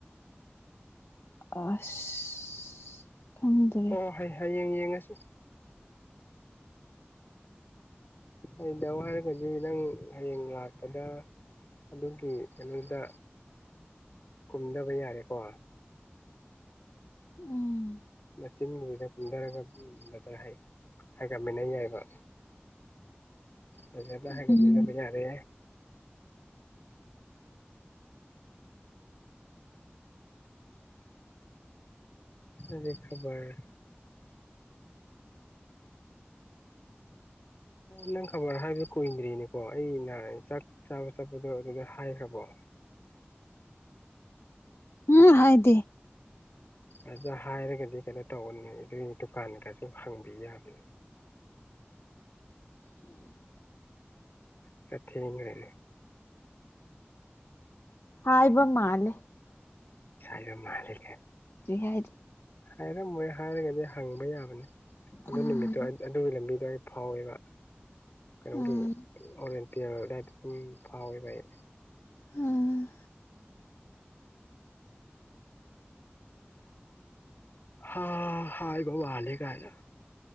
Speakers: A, on the left; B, on the left.
A: ꯑꯁ ꯈꯪꯗ꯭ꯔꯦ
B: ꯑꯣ ꯍꯩ ꯍꯌꯦꯡ ꯌꯦꯡꯉꯁꯤ ꯑꯩꯩꯅ ꯋꯥꯔꯒꯗꯤ ꯅꯪ ꯍꯌꯦꯡ ꯂꯥꯛꯄꯗ ꯑꯗꯨꯒꯤ ꯀꯩꯅꯣꯗ ꯀꯨꯝꯗꯕ ꯌꯥꯔꯦꯀꯣ
A: ꯎꯝ
B: ꯃꯆꯤꯟꯖꯤꯗ ꯒꯨꯝꯗꯔꯒ ꯕꯖꯔ ꯍꯥꯏ ꯍꯥꯏ ꯒꯞꯃꯤꯟꯅꯩ ꯌꯥꯏꯕ ꯕꯖꯔꯗ ꯍꯥꯏꯒꯃꯤꯅꯕ
A: ꯎꯝ
B: ꯌꯥꯔꯦ ꯑꯗꯤ ꯈꯕꯔ ꯅꯪ ꯈꯕꯔ ꯍꯥꯏꯕꯗꯨ ꯀꯨꯏꯗ꯭ꯔꯤꯅꯦꯀꯣ ꯑꯩ ꯅꯍꯥꯟ ꯆꯥꯛ ꯆꯥꯕ ꯆꯠꯄꯗꯣ ꯑꯗꯨꯗ ꯍꯥꯏꯈ꯭ꯔꯕ ꯕꯣ
A: ꯎꯝ ꯍꯥꯏꯗꯦ
B: ꯑꯗ ꯍꯥꯏꯔꯒꯗꯤ ꯀꯅꯣ ꯇꯧꯑꯟꯅꯤ ꯑꯗꯨꯏꯅꯦ ꯗꯨꯀꯥꯟ ꯀꯁꯨ ꯍꯪꯕꯤ ꯌꯥꯗꯦ ꯑ ꯊꯦꯡ ꯂꯩꯅꯦ
A: ꯄꯥꯏꯕ ꯃꯥꯂꯦ
B: ꯁꯌꯥꯝ ꯃꯥꯂꯦ ꯀꯥꯏ
A: ꯍꯥꯏꯗ꯭ꯔꯤ
B: ꯍꯥꯏꯔꯃꯣꯏꯌ ꯍꯥꯏꯔꯒꯗꯤ ꯍꯪꯕ ꯌꯥꯕꯅꯤ ꯑꯗꯨ
A: ꯎꯝ
B: ꯅꯨꯃꯤꯠꯇꯣ ꯑꯠ ꯑꯗꯨꯒꯤ ꯂꯝꯕꯤꯗꯣ ꯑꯩ ꯐꯥꯎꯋꯦꯕ ꯀꯩꯅꯣꯒꯤ
A: ꯎꯝ
B: ꯑꯣꯔꯦꯟꯇꯤꯌꯥꯔ ꯑꯗꯨꯗꯥꯏꯗ ꯄꯨꯡ ꯐꯥꯎꯋꯦꯕ ꯑꯩ
A: ꯎꯝ
B: ꯍꯥꯥ ꯍꯥꯏꯕ ꯃꯂꯦ ꯀꯥꯏꯅ